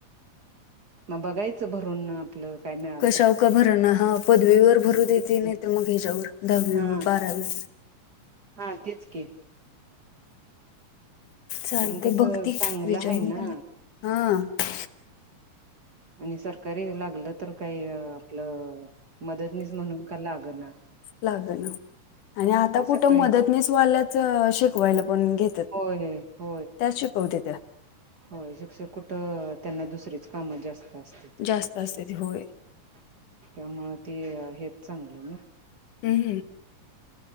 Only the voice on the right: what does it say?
मग बघायचं भरून आपलं काय मिळा
तेच
की
हा
हा तेच की
कारण कसं
चांगलं
आहे ना
आणि सरकारी लागलं तर काही आपलं मदतनीस म्हणून का लागना.
सकाळी
होय-हो
होय शिक्षक कुठं त्यांना दुसरीेच काम जास्त असत्याती.
<inaudible>
त्यामुंळ ते हेच चांगलं ना.